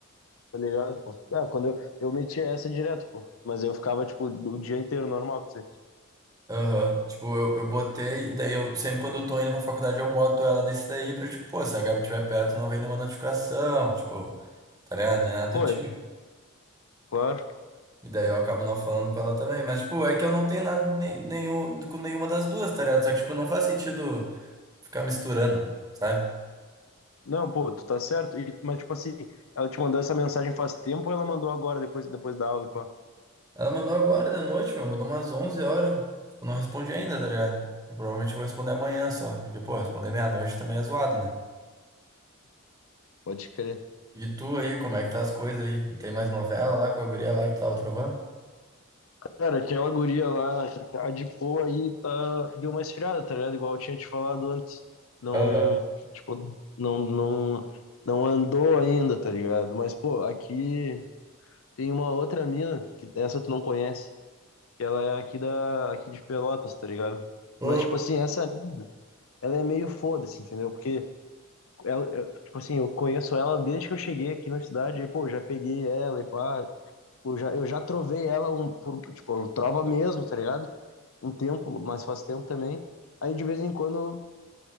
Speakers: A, on the left; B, on the right.
A: Tá ligado, pô. Ah, quando eu, eu metia essa direto, pô. Mas eu ficava, tipo, o dia inteiro normal com você.
B: Aham. Tipo, eu, eu botei, daí eu sempre quando eu tô indo pra faculdade eu boto ela nesse daí pra, tipo, pô, se a Gabi estiver perto não vem nenhuma notificação, tipo, tá ligado? Nem nada
A: Pô,
B: do tipo.
A: é, claro.
B: E daí eu acabo não falando com ela também. Mas, tipo, é que eu não tenho nada nem, nenhum, com nenhuma das duas, tá ligado? Só que, tipo, não faz sentido ficar misturando, sabe?
A: Não, pô, tu tá certo. E, mas, tipo assim, ela te mandou essa mensagem faz tempo ou ela mandou agora, depois, depois da aula, pô?
B: Ela mandou agora de noite, meu, mandou umas 11 horas. Eu não respondi ainda, tá ligado? Eu provavelmente vou responder amanhã só. Porque, pô, responder meia-noite também é zoado, né?
A: Pode crer.
B: E tu aí, como é que tá as coisas aí? Tem mais novela lá com a guria lá que tu tava trovando?
A: Cara, aquela guria lá, a de pô aí tá, deu uma esfriada, tá ligado? Igual eu tinha te falado antes. Não,
B: Aham.
A: tipo, não, não, não andou ainda, tá ligado? Mas, pô, aqui tem uma outra mina, que essa tu não conhece, que ela é aqui da, aqui de Pelotas, tá ligado?
B: Hã?
A: Mas, tipo assim, essa mina, ela é meio foda-se, entendeu? Porque ela, eu- tipo assim, eu conheço ela desde que eu cheguei aqui na cidade, e, pô, já peguei ela e pá, tipo, já, eu já trovei ela um, por, tipo, trova mesmo, tá ligado? um tempo, mas faz tempo também. Aí de vez em quando